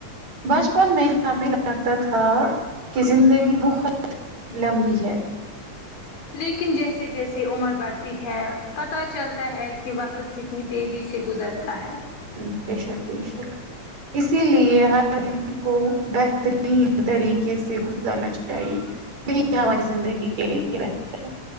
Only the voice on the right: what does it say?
بچپن میں ہمیں لگتا تھا کہ زندگی بہت لمبی ہے
ہوں بے شک بے شک اسی لیے ہر دن کو بہتری یں طریقے سے گزارنا چاہیے یہی ہماری زندگی کے لیے بہتر ہے